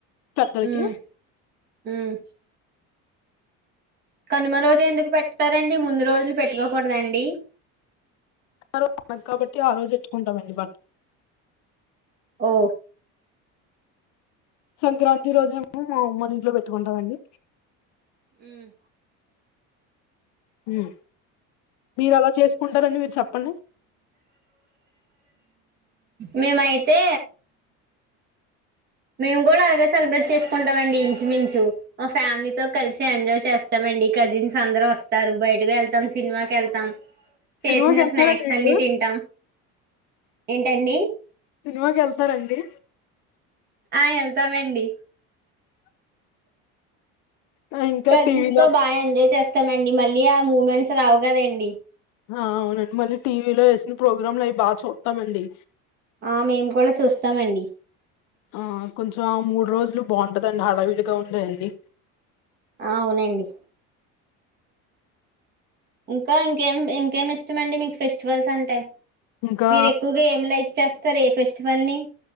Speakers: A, on the left; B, on the right.
A: పెద్దలకి
B: ఉమ్ ఉమ్ కనుమ రోజు ఎందుకు పెట్టతారండి ముందు రోజులు పెట్టుకోకూడదా అండి
A: <inaudible> కాబట్టి ఆ రోజు ఎట్టుకుంటామండి బట్
B: ఓ
A: సంక్రాంతి రోజు మేము మన ఇంట్లో పెట్టుకుంటామండి.
B: హ్మ్
A: హ్మ్ మీరు ఎలా చేసుకుంటారండి మీరు ప్పండి
B: మేమైతే మేము కూడా అలాగే సెలబ్రేట్ చేసుకుంటామండి. ఇంచుమించు మా ఫ్యామిలీతో కలిసి ఎంజాయ్ చేస్తామండి. కజిన్స్ అందరూ వస్తారు. బయటకు వెళ్తాం. సినిమాకి వెళ్తాం.
A: సినిమాకి
B: చేసిన
A: వెళ్తారండి
B: స్నాక్స్
A: మీరు
B: అన్ని తింటాం ఏంటండి
A: సినిమాకెళ్తారా అండి
B: ఆ వెళ్తామండి
A: ఆ! ఇంకా
B: కజిన్స్
A: టీవీలో
B: తో బా ఎంజాయ్ చేస్ స్తమండి మళ్ళీ ఆ మూమెంట్స్ రావు కదండి.
A: ఆ అవునండి మళ్ళీ టీవీలో వేసిన ప్రోగ్రామ్లు అయి బా చూత్తామండి.
B: ఆ మేము కూడా చూస్తామండి
A: ఆ కొంచెం ఆ మూడు రోజులు బావుంటదండి హడావిడిగా ఉండేయండి.
B: ఆ అవునండి ఇంకా ఇంకేం ఇంకేమి ఇష్టమండి మీకు ఫెస్టివల్స్ అంటే
A: ఇంకా
B: మీరు ఎక్కువగా ఏం లైక్ చేస్తారు ఏ ఫెస్టివల్ ని